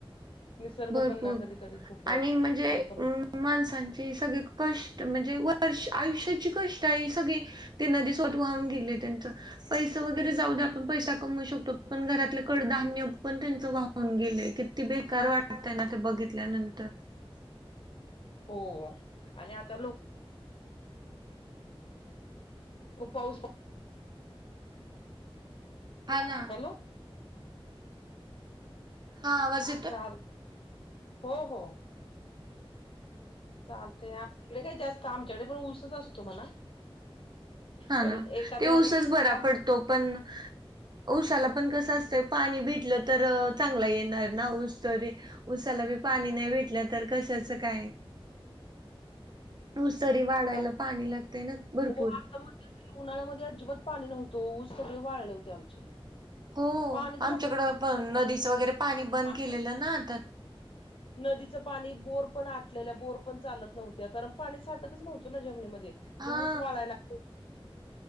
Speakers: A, on the left; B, on the right.
A: निसर्ग
B: भरपूर
A: पण ना कधी कधी खूप नुकसान
B: आणि म्हणजे
A: पण
B: अम माणसांची सगळे कष्ट म्हणजे वर्ष आयुष्याची कष्ट आहे हे सगळी ते नदी स्वत वाहून गेले त्यांच पैसे वगैरे जाऊ द्या आपण पैसा कमवू शकतो पण घरातलं कडधान्य पण त्यांच वा होऊन गेले किती बेकार वाटतय ना ते बघितल्यानंतर.
A: हो आणि आता लोक हो पाऊस
B: हा ना.
A: हॅलो
B: हा आवाज येतो
A: चाल हो हो. चालतय आपलं काय जास्त आमच्याकडे पण ऊसच असतो म्हणा
B: हा
A: पण
B: ना
A: एखादं
B: ते
A: वगैरे
B: उसच बरा पडतो पण ऊसाला पण कसं असतंय पाणी भेटलं तर चांगला येणार ना ऊस तरी उसाला बी पाणी नाही भेटलं तर कशाचं काय.
A: <inaudible>
B: ऊस तरी वाढायला
A: चाल.
B: पाणी लागतय ना भरपूर.
A: हो आता मध्यंतरी उन्हाळ्यामध्ये अजिबात पाणी नव्हतो सगळे वाळले होते आमचे.
B: हो
A: पाणीच नव्हतं
B: आमच्याकडं पण
A: शेतात
B: नदीचं वगैरे पाणी बंद
A: आणि
B: केलेलं ना आता.
A: नदीचं पाणी बोर पण आटलेलं बोर पण चालत नव्हत्या कारण पाणी साठतच नव्हतं ना जमनीमध्ये. ते
B: हा
A: ऊस वाढाय लागतंय